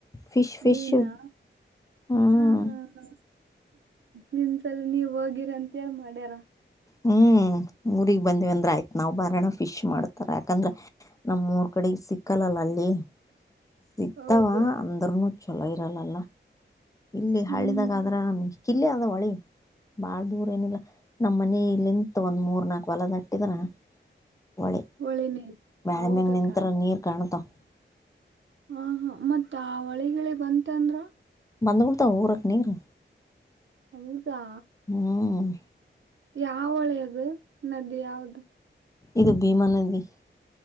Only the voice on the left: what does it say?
ಫಿಶ್ ಫಿಶು
ಹ್ಮ್
ಹ್ಮ್ ಊರಿಗ್ ಬಂದಿವ ಅಂದ್ರ ಆಯ್ತ್ ನಾವ್ ಬರಣ ಫಿಶ್ ಮಾಡ್ತಾರ. ಯಾಕಂದ್ರ ನಮ್ಮೂರ್ ಕಡೆಗೆ ಸಿಕ್ಕಲ್ಲಲ್ಲಾ ಅಲ್ಲಿ ಸಿಗ್ತಾವ
ಅಂದ್ರನು ಚಲೋ ಇರಲ್ಲಲ್ಲಾ ಇಲ್ಲಿ
ಹಳ್ಳಿದಾಗ ಆದ್ರನ್ ಕಿಲ್ಲಿ ಅದ ಹೊಳಿ ಬಾಳ ದೂರ ಏನಿಲ್ಲ ನಮ್ಮ್ ಮನಿ ಇಲ್ಲಿಂತ ಒಂದ್ ಮೂರ್ ನಾಲ್ಕು ಹೊಲ ದಾಟ್ಟಿದ್ರ ಹೊಳಿ
ಮ್ಯಾಳಿಗಿ
ಮ್ಯಾಗ ನಿಂತ್ರ ನೀರ್ ಕಾಣ್ತಾವ.
ಬಂದು ಬುಡ್ತವ್ ಊರಕ್ ನೀರು.
ಹ್ಮ್
ಇದು ಭೀಮಾ ನದಿ